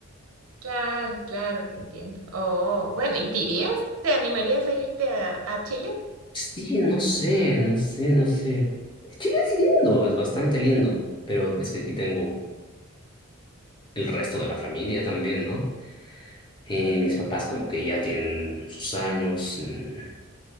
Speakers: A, on the right; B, on the left.
A: Claro, claro que entiendo. Oh, bueno, ¿y te irías? ¿Te animarías a irte a, a Chile?
B: Sí, no sé, no sé, no sé. Chile es lindo, es bastante lindo, pero es que aquí tengo el resto de la familia también, ¿no? Eh,
A: Claro,
B: mis papás como que ya tienen sus años, mm,